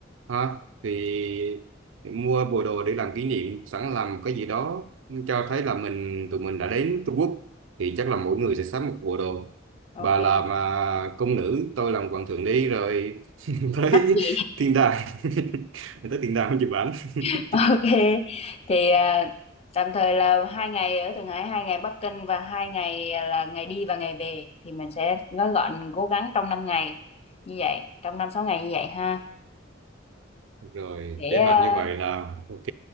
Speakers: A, on the right (about 70°); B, on the left (about 30°).
A: ha thì mua bộ đồ để làm kỷ niệm sẵn làm cái gì đó cho thấy là mình tụi mình đã đến Trung Quốc thì chắc là mỗi người sẽ sắm một bộ đồ
B: ok
A: bà làm à, công nữ tôi làm hoàng thượng đi rồi <laughs> tới
B: mắc gì
A: thiên đàng <laughs> tới thiên đàng không chụp ảnh <laughs>
B: <laughs> Ok, thì à, tạm thời là hai ngày ở Thượng Hải, hai ngày Bắc Kinh và hai ngày à, là ngày đi và ngày về thì mình sẽ gói gọn cố gắng trong 5 ngày như vậy, trong 5 6 ngày như vậy ha.
A: rồi
B: Để
A: kế
B: à,
A: hoạch như vậy là ok